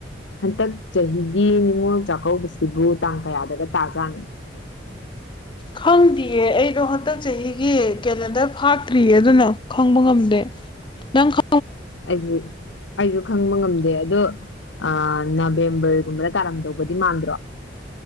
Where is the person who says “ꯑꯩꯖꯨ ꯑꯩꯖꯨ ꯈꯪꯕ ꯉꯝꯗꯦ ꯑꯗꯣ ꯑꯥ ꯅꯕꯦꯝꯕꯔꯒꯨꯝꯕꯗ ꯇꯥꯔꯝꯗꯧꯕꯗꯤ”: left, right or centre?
Left